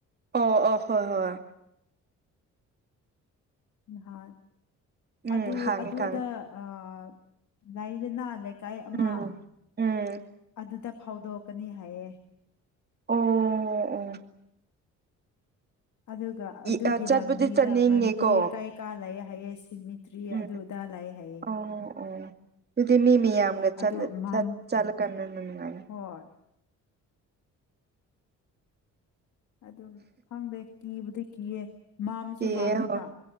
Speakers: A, on the right; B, on the left.
A: ꯑꯣ ꯑꯣ ꯍꯣꯏ ꯍꯣꯏ ꯍꯣꯏ
B: ꯅꯍꯥꯟ
A: ꯎꯝ
B: ꯑꯗꯨ
A: ꯍꯥꯡꯉꯦ
B: ꯑꯗꯨꯗ
A: ꯈꯪꯉꯦ
B: ꯑꯥ ꯂꯩꯗꯅ ꯂꯩꯀꯥꯏ ꯑꯃ
A: ꯎꯝ ꯎꯝ
B: ꯑꯗꯨꯗ ꯐꯧꯗꯣꯛꯀꯅꯤ ꯍꯥꯏꯌꯦ
A: ꯑꯣ ꯑꯣ
B: ꯑꯗꯨꯒ ꯑꯗꯨꯒꯤ
A: ꯑꯣ ꯆꯠꯄꯨꯗꯤ
B: ꯂꯝꯕꯤꯗ
A: ꯆꯠꯅꯤꯡꯉꯦꯀꯣ
B: ꯃꯟꯗꯤꯔ ꯀꯩ ꯀꯥ ꯂꯩ ꯍꯥꯏꯌꯦ ꯁꯤꯃꯤꯠ ꯇ꯭ꯔꯤ
A: ꯎꯝ
B: ꯑꯗꯨꯗꯥ ꯂꯩꯌꯦ ꯍꯥꯏꯌꯦ
A: ꯑꯣ ꯑꯣ ꯑꯗꯨꯗꯤ ꯃꯤ ꯃꯤꯌꯥꯝꯒ ꯆꯠ
B: ꯑꯗꯣ ꯃꯝ
A: ꯆꯠꯂꯀꯟꯗ ꯅꯨꯡꯉꯥꯏꯅꯤ
B: ꯍꯣꯏ ꯑꯗꯨꯝ ꯈꯪꯗꯦ ꯀꯤꯕꯨꯗꯤ ꯀꯤꯌꯦ ꯃꯝꯁꯨ
A: ꯀꯤꯌꯦ
B: ꯃꯝꯃꯦꯕ
A: ꯍꯣ